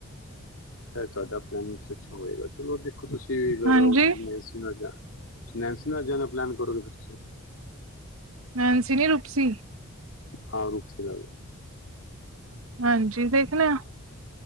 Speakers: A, on the left; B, on the right.
A: ਸ਼ਾਇਦ ਤੁਹਾਡਾ ਪਲੈਨ ਅੱਛਾ ਹੋਏਗਾ ਚਲੋ ਦੇਖੋ ਤੁਸੀਂਗਰ
B: ਹਾਂਜੀ
A: ਮ ਅਸੀ ਨਾ ਜਾ ਨੈਨਸੀ ਨਾਲ ਜਾਣਾ ਪਲਲਾਨ ਕਰੋ ਫਿਰ ਤੁਸੀ
B: ਨੈਂਸੀ ਨੀ ਰੂਪਸੀ
A: ਹਾਂ ਰੁਪਸੀ ਯਾਦ
B: ਹਾਂਜੀ ਦੇਖਣੇ ਆ